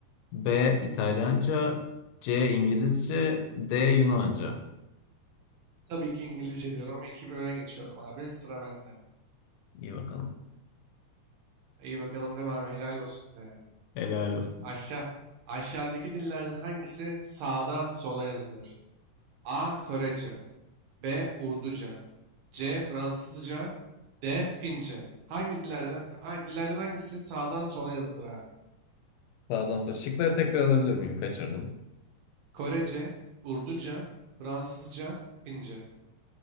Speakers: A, on the left; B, on the right.
A: B. İtalyanca C. İngilizce D. Yunanca.
B: Tabii ki İngilizce diyorum ama 2-1 öne geçiyorum abi. Sıra bende.
A: İyi bakalım.
B: İyi bakalım deme abi helal olsun de ya.
A: Helal olsun.
B: Aşağı. Aşağıdaki dillerden hangisi sağdan sola yazılır? A. Korece B. Urduca C. Fransızca D. Fince Hangi dillerden, hangi dillerden hangisi sağdan sola yazılır abi?
A: Sağdan sonra şıkları tekrar alabilir miyim? Kaçırdım.
B: Korece, Urduca, Fransızca, Fince.